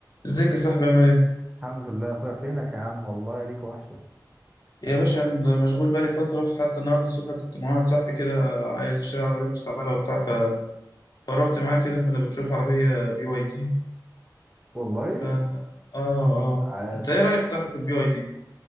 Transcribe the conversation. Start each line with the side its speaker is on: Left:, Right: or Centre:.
Left: ازيك يا صاحبي عامل ايه؟
Right: الحمد لله يا اخويا فينك يا عم والله ليك وحشة
Left: يا باشا أنا مشغول بقالي فترة حتى النهاردة الصبح كنت مع واحد صاحبي كده عايز يشتري عربية مستعملة وبتاع ف... فروحت معاه كده كنا بنشوف عربية بي واي دي
Right: والله
Left: ف اه اه
Right: عاش
Left: انت ايه رأيك صح في البي واي دي؟